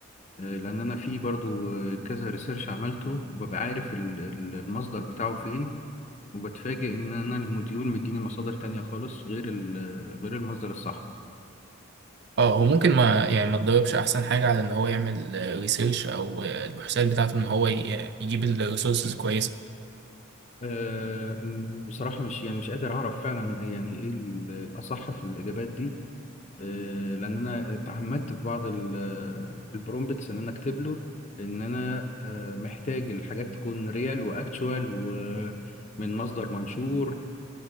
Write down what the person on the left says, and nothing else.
آه، لأن أنا في برضو آه، كذا ريسيرش عملته وببقى عارف ال- ال- المصدر بتاعه فين وبتفاجئ إن أنا الموديول مديني مصادر تانية خالص غير ال- غير المصدر الصح
آه، م- بصراحة مش يعني مش قادر أعرف فعلا هي يعني إيه ال- الأصح في الإجابات دي آه، لان انا تعمدت في بعض ال- آه، البرومبتس ان انا اكتب له ان انا آه، محتاج الحاجات تكون ريال واكتشوال ومن مصدر منشور